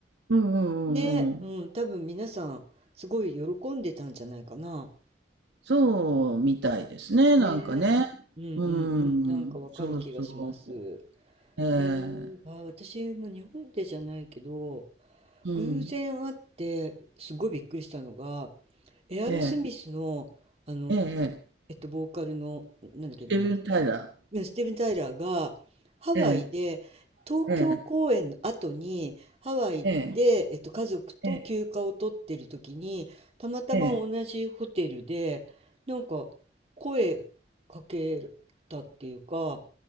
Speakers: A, on the right (about 75°); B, on the right (about 35°).
A: うんうんうんうん。
B: ね、うん、多分皆さん、すごい喜んでたんじゃないかな。
A: そうみたいですね、
B: ね。
A: なんかね。
B: うんうんうん、
A: う
B: なんかわかる気がします。
A: ん、そうそう。え
B: へえ、
A: え、
B: あ、私も日本でじゃないけど、
A: うん。
B: 偶然会って、すごいびっくりしたのが、エアロスミスの、
A: ええ、
B: あの、
A: ええ、ええ
B: えっと、ボーカルの、なんだっけ、
A: スティーブン・
B: ま
A: タイラー。
B: ね、スティーブン・タイラーがハワイで東京公演の後にハワイで、
A: ええ、ええ、ええ、
B: えっと、家族と休暇を取ってる時にたまたま同じホテルでなんか声かけたっていうか
A: ええ、